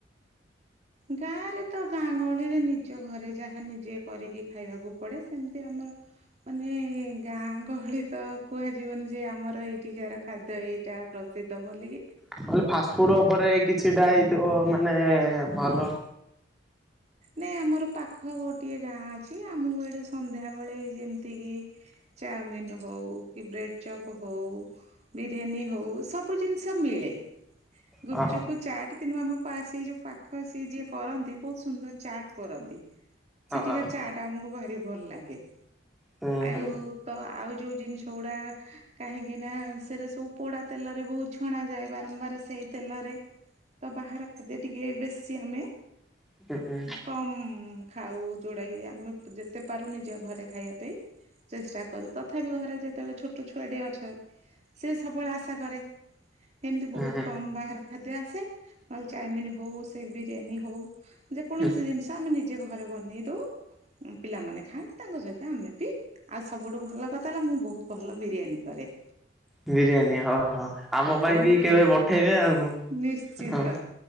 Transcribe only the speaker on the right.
ଗାଁ ରେ ତ ଗାଁ ଗହଳିରେ ନିଜ ଘରେ ଯାହା ନିଜେ କରିକି ଖାଇବାକୁ ପଡ଼େ। ସେମିତି ଆମର ମାନେ ଗାଁ ଗହଳି ତ କୁହାଯିବନି ଯେ ଆମର ଏଇଠିକାର ଖାଦ୍ୟ ଏଇଟା ପ୍ରସିଦ୍ଧ ବୋଲିି।
ନାଇଁ ଆମର ପାଖ ଗୋଟିଏ ଗାଁ ଅଛି ଆମକୁ ଏଠି ସନ୍ଧ୍ୟାବେଳେ ଯେମିତି କିି ଚାଉମିିନ ହଉ କି ବ୍ରେଡ଼ ଚପ ହଉ। ବିରିୟାନୀ ହଉ ସବୁ ଜିନିଷ ମିଳେ। ଗୁପଚୁପ
ଚାଟ୍ କିନ୍ତୁ ଆମ ସେଇ ଯୋଉ ପାଖ ସିଏ ଯିଏ କରନ୍ତି ବହୁତ ସୁନ୍ଦର। ଚାଟ କରନ୍ତି ସେଠିକାର
ଚାଟ ଆମକୁ ଭାରି ଭଲ ଲାଗେ।
ଆଉ
ତ ଆଉ ଯୋଉ ଜିନିଷ ଗୁଡା କାହିଁକି ନା ସେଇରା ସବୁ ପୋଡା ତେଲରେ ବହୁତ ଛଣା ଯାଏ ବାରମ୍ବାର ସେଇ ତେଲରେ। ତ ବାହାର ଖାଦ୍ୟ ଟିକେ ବେଶି ଆମେ
କମ ଖାଉ ଯଉଟାକ ଆମେ ଯେତେ ପାରୁ ନିଜ ଘରେ ଖାଇବା ପାଇଁ। ଚେଷ୍ଟା କରୁ ତଥାପି ଘରେ ଯେତେବେଳେ ଛୋଟ ଛୁଆଟିଏ ଅଛନ୍ତି ସେ ସବୁବେଳେ ଆଶା କରେ। ଏମିତି ବହୁତ
କମ ବାହାର ଖାଦ୍ୟ ଆସେ। ନହେଲେ, ଚାଉମିିନ ହଉ ସେ ବିରିୟାନୀ ହଉ ଯେକୌଣସି
ଜିନିଷ ଆମେ ନିଜେ ଘରେ ବନେଇ ଦଉ। ପିଲାମାନେ ଖାନ୍ତି। ତାଙ୍କ ସହିତ ଆମେ ବି ଆଉ ସବୁଠୁ ଭଲ କଥା ହେଲା ମୁଁ ବହୁତ ଭଲ ବିରିୟାନୀ କରେ।
ବହୁତ
ଭଲ
ନିଶ୍ଚିନ୍ତ